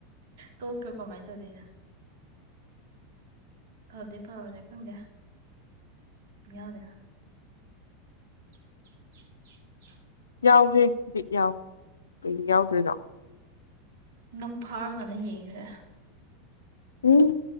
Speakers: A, on the right; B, on the left.
A: ꯇꯧ ꯀꯣ ꯀꯃꯥꯏ ꯇꯧꯗꯅ ꯐꯗ ꯐꯕꯅꯦ ꯈꯪꯗꯦ ꯌꯥꯗ <inaudible>
B: ꯌꯥꯎꯍꯦ ꯕꯤꯠ ꯌꯥꯎ ꯀꯩ ꯌꯥꯎꯗ꯭ꯣꯏꯔꯤꯅꯣ
A: ꯅꯪ ꯐꯥꯔꯒꯅ ꯌꯦꯡꯉꯁꯦ
B: ꯎꯝ